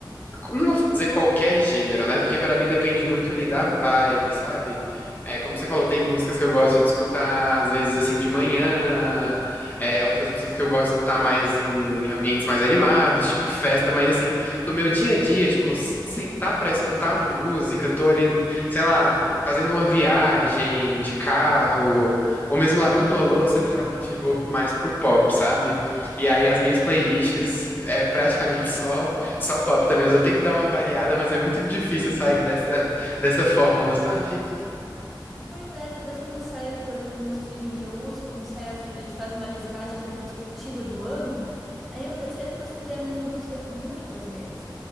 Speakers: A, on the left; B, in the centre.
A: não vou dizer qualquer gênero, né? Porque pra mim depende muito ali da vibe, sabe? É, como você falou, tem músicas que eu gosto de escutar, às vezes assim de manhã, é, outras músicas que eu gosto de escutar mais em ambientes mais animados, tipo festa, mas assim, no meu dia a dia, tipo, vou sentar pra escutar uma música, tô ali, sei lá, fazendo uma viagem de carro, ou mesmo lavando uma louça, eu geralmente vou mais pro pop, sabe? E aí as minhas playlists é praticamente <laughs> só. Só pop também. Às vezes eu tento dar uma variada, mas é muito difícil sair dessa, dessa fórmula, <laughs> sabe?
B: Pois é, depois quando sai, por exemplo, no streaming que eu uso, quando sai as- eles fazem uma listagem retrospectiva do ano, aí eu percebo que eu escutei a mesma música muitas vezes.